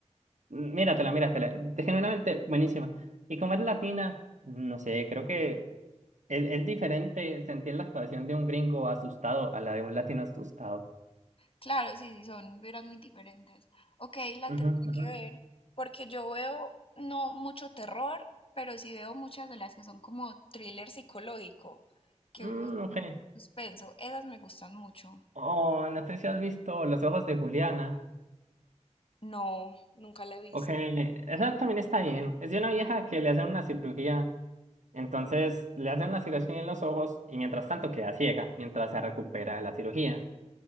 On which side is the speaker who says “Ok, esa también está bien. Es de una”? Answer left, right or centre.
Right